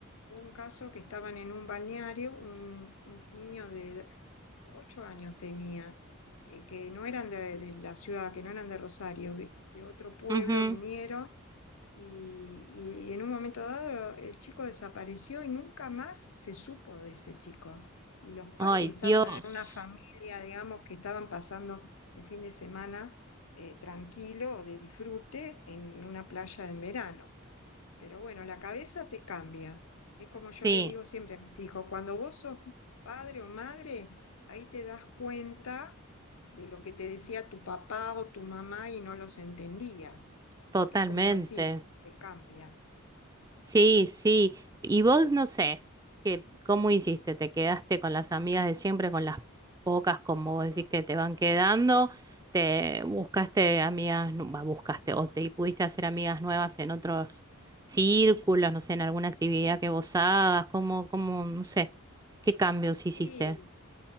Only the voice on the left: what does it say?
hubo un caso que estaban en un balneario, un, un niño de ocho años tenía, eh, que no eran de, de la ciudad, que no eran de Rosario, vi- de otro pueblo
vinieron y, y- y en un momento dado el chico desapareció y nunca más se supo de ese chico. Y los padres
estaban
en una familia, digamos, que estaban pasando un fin de semana eh, tranquilo, de disfrute, en una playa en verano. Pero bueno, la cabeza te cambia. Es como yo
le digo siempre a mis hijos, cuando vos sos padre o madre, ahí te das cuenta de lo que te decía tu papá o tu mamá y no los entendías,
porque es como decir, te cambia.
No.
Sí,